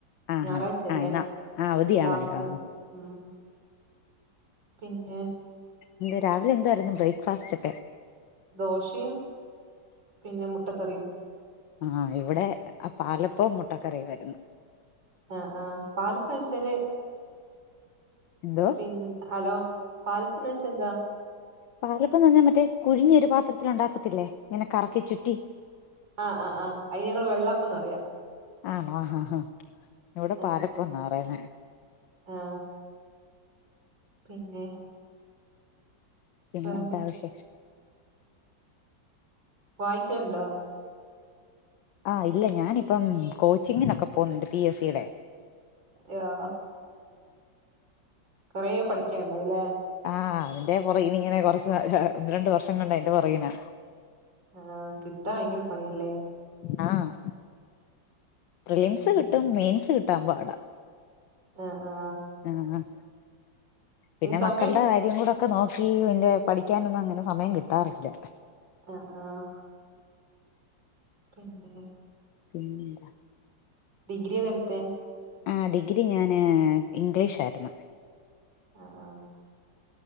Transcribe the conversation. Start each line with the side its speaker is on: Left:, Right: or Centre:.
Left: ആഹാ
Right: ഞാറാഴ്ചയല്ലേ
Left: ആഹ് എന്നാ ആഹ് അവധിയാണല്ലോ
Right: ക്ലാസില്ല. ഉം പിന്നെ?
Left: എന്ത് രാവിലെ എന്തായിരുന്നു ബ്രേക്ക്ഫാസ്റ്റൊക്കെ?
Right: ദോശേം പിന്നെ മുട്ടക്കറിയും.
Left: ആ ഇവിടെ പാലപ്പോം മുട്ടക്കറിയും ആര്ന്ന്.
Right: ആ ആ പാലപ്പച്ചാല്?
Left: എന്തോ?
Right: ഉം ഹലോ പാലപ്പന്നച്ചാ എന്താ?
Left: പാലപ്പം പറഞ്ഞാ മറ്റേ കുഴിഞ്ഞൊരു പാത്രത്തില് ഉണ്ടാക്കത്തില്ലേ ഇങ്ങനെ കറക്കി ചുറ്റി
Right: ആ ആ ആ അയ്ന് ഇവ്ടെ വെള്ളപ്പന്നറ്യാ.
Left: ആണോ ആഹ് ആഹ്. ഇവടെ
Right: ആ
Left: പാലപ്പന്നാ പറയ്ന്നേ.
Right: ആ പിന്നെ?
Left: പിന്നെ
Right: വേറേന്തൊക്കെ
Left: എന്താ വിശേഷം
Right: വായ്ക്കേണ്ടോ?
Left: ആ ഇല്ല ഞാനിപ്പം കോച്ചിങ്ങിനൊക്കെ പോവ്ന്ന്ണ്ട് പി എസ് സിടെ.
Right: യാ കൊറേ പഠിക്യാണ്ടാവുല്ലേ?
Left: ആ അതിന്റെ പൊറെകെനി ഇങ്ങനെ കൊറച്ച് ഒന്ന് രണ്ട് വർഷം കൊണ്ട് അയ്ന്റെ പൊറകിനാ.
Right: ആ കിട്ടാൻ ഭയങ്കര പണിയല്ലേ?
Left: ആഹ് പ്രിലിംസ്
Right: ഉം
Left: കിട്ടും മെയിൻസ് കിട്ടാൻ പാടാ.
Right: ആഹ് ആഹ്.
Left: ആ പിന്നെ
Right: ഇനി സമയം
Left: മക്കള്ടെ കാര്യം കൂടെ ഒക്കെ നോക്കി ഇന്റെ പഠിക്ക്യാനൊന്നും അങ്ങനെ സമയം കിട്ടാറില്ല.
Right: ആഹ് ആഹ്. പിന്നെ?
Left: <inaudible>
Right: ഡിഗ്രി ഏതാ എട്‌ത്തേ?
Left: ആ ഡിഗ്രി ഞാന് ഇംഗ്ലീഷ് ആര്ന്നു.
Right: ആഹ് ആഹ്.